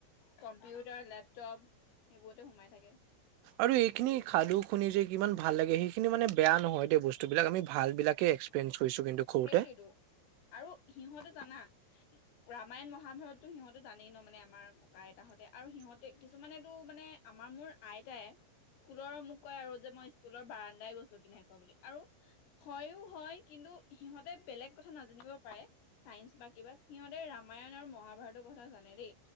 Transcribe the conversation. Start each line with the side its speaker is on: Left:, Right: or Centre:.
Left: কম্পিউটাৰ, লেপটপ সেইবোৰতে সোমাই থাকে।
Right: আৰু এইখিনি সাধু শুনি যে কিমান ভাল লাগে সেইখিনি মানে বেয়া নহয় দে বস্তু বিলাক আমি ভাল বিলাকে এক্সপেৰিয়েঞ্চ কৰিছো কিন্তু সৰুতে
Left: সেইটোৱেতো আৰু সিহঁতে জানা, ৰামায়ণ মহাভাৰতো সিহঁতে জানেই ন মানে আমাৰ ককা আইতাহঁতে আৰু সিহঁ তে কিছুমানেতো মানে আমাৰ মোৰ আইতাই স্কুলৰ মোক কয় আৰু যে মই স্কুলৰ বাৰান্দাই গছকি নাই পোৱা বুলি আৰু হয়ো হয় কিন্তু সিহঁতে বেলেগ কথা নাজানিব পাৰে চাইন্স বা কিবা সিহঁতে ৰামায়ণ আৰু মহাভাৰতৰ কথা জানে দেই